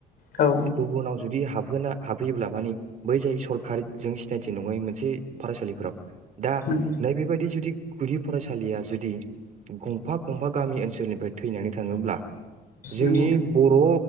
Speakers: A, on the left; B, on the right.
A: औ
B: गुबुनाव जुदि हाबहोना हाबहैयोब्ला मानि बै जाय सरखारजों सिनायथि नङै मोनसे फरायसालिफोराव दा
A: नंगौ
B: नैबेबायदि जुदि गुदि फरायसालिया जुदि गंफा गंफा गामि ओनसोलनिफ्राय थैनानै थाङोब्ला जोंनि
A: नंगौ
B: बर'